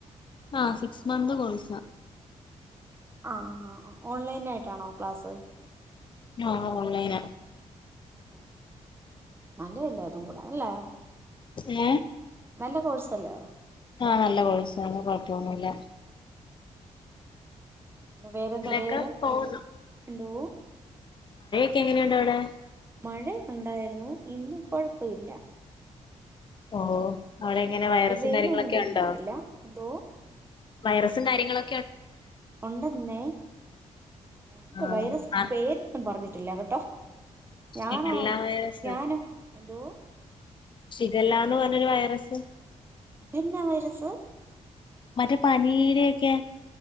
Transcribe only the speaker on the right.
ആ ആ ഓൺലൈനായിട്ടാണോ ക്ലാസ്.
ഓ നല്ലതല്ല. തും കൂടല്ലേ?
നല്ല കോഴ്സല്ലേ
വേരെന്താ
വേരെ
എന്തോ
മഴ ഇണ്ടായിരുന്നു ഇന്ന് കൊഴപ്പയില്ല
വെയിലൊന്നും
തെളിഞ്ഞിട്ടില്ല
എന്തോ
ഉണ്ടെന്നെ ണ്ട്
വൈറസ്
പേരും പറഞ്ഞിട്ട ല്ല കേട്ടോ ഞനോ
ഞാന് എന്തോ
എന്നാ വൈറസ്